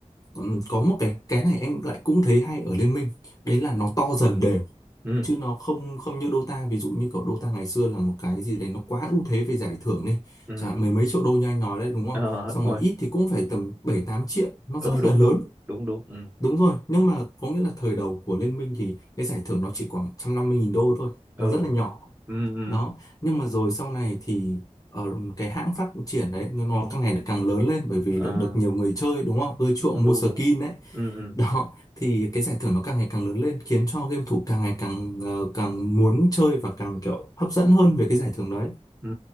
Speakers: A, on the left; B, on the right.
A: ừm, có một cái cái này em lại cũng thấy hay ở Liên Minh đấy là nó to dần đều
B: ừ,
A: chứ nó không không như Dota ví dụ như kiểu Dota ngày xưa là một cái gì đấy nó quá ưu thế về giải thưởng đi
B: ừ,
A: chẳng hạn mười mấy triệu đô như anh nói đấy đúng không
B: ờ,
A: xong
B: đúng rồi
A: rồi ít thì cũng phải tầm 7 8 triệu nó
B: ừ
A: rất
B: đúng
A: là lớn
B: đúng đúng đúng ừ
A: đúng rồi nhưng mà có nghĩa là thời đầu của Liên minh thì cái giải thưởng nó chỉ khoảng 150.000 đô thôi
B: ừ
A: nó rất là nhỏ
B: ừ, ừ.
A: đó nhưng mà rồi sau này thì ở cái hãng phát triển đấy nó nó càng ngày lại càng lớn lên bởi vì
B: Ờ,
A: là được nhiều người chơi đúng không ưa chuộng
B: đúng
A: mua
B: đúng
A: skin
B: đúng
A: đấy
B: ừ, ừ,
A: đó thì cái giải thưởng nó càng ngày càng lớn lên khiến cho game thủ càng ngày càng ờ, càng muốn chơi và càng kiểu hấp dẫn hơn về cái giải thưởng đấy
B: ừ,